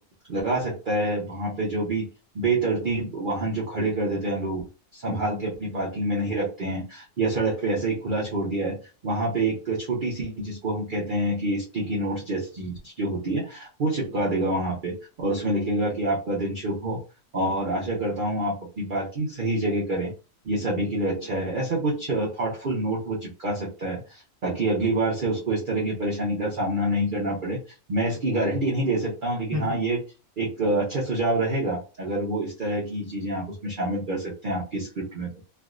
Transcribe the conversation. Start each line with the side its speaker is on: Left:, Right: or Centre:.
Right: लगा सकता है वहां पे जो भी बेतरतीब वाहन जो खड़े कर देते हैं लोग संभाल
Left: हम्म
Right: के अपनी पार्किंग में नहीं रखते हैं या सड़क पे ऐसे ही खुला छोड़ दिया है वहां पे एक छोटी सी जिसको हम कहते हैं कि स्टिकी नोट्स जैसी चीज जो होती है वो चिपका देगा वहां पे और उसमें लिखेगा कि आपका दिन शुभ हो और आशा करता हूँ आप अपनी पार्किंग सही जगह करें ये सभी के लिए अच्छा है ऐसा कुछ थॉटफुल नोट वो चिपका सकता है ताकि अगली बार से उसको इस तरह की परेशानी का सामना नहीं करना पड़े मैं इसकी <laughs> गारंटी नहीं ले सकता हूँ लेकिन
Left: हम्म,
Right: हाँ
Left: हम्म,
Right: ये एक अ, अच्छा सुझाव रहेगा अगर वो इस तरह की चीजें आप उसमें शामिल कर सकते हैं आपकी स्क्रिप्ट में तो